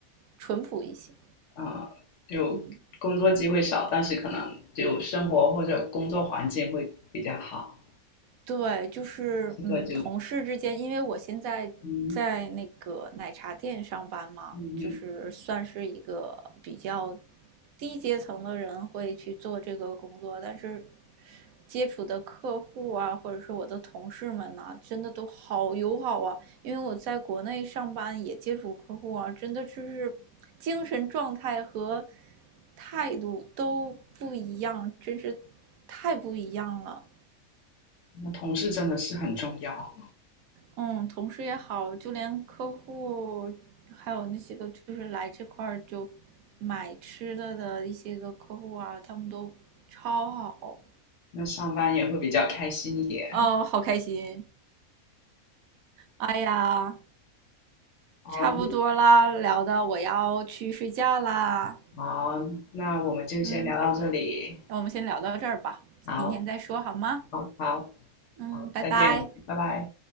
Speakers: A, on the right; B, on the left.
A: 淳朴一些。
B: 啊，就工作机会少，
A: 嗯，
B: 但是可能就生活或者工作环境会比较好。
A: 对，就是嗯，
B: 这个就
A: 同事之间，因为我现在在那个奶茶店上班嘛，
B: 嗯嗯嗯，
A: 就是算是一个比较低阶层的人会去做这个工作，但是接触的客户啊，或者是我的同事们呐、真的都好友好啊。因为我在国内上班也接触客户啊，真的就是精神状态和态度都不一样，真是太不一样了。
B: 那同事真的是很重要，
A: 嗯，同事也好，就连客户，还有那些个就是来这块儿就买吃的的一些个客户啊，他们都超好，
B: 那上班也会比较开心一点。
A: 哦，好开心。哎呀，
B: 好，
A: 差不多啦，聊的我要去睡觉啦。
B: 好，那我们就先聊到这里。
A: 嗯，那我们先聊到这儿吧，
B: 好，
A: 明天再说好吗？
B: 好，好，
A: 嗯，拜拜。
B: 再见，拜拜。